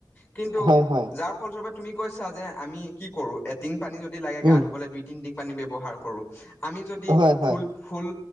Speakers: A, on the left; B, on the right.
A: কিন্তু
B: হয় হয়
A: যাৰ ফলস্বৰূপে তুমি কৈছা যে আমি কি কৰো এটিং পানী যদি লাগে গা
B: উম
A: ধুবলৈ দু তিনি ট পানী ব্যৱহাৰ কৰো আমি যদি
B: হয় হয়
A: ফুল, ফুল,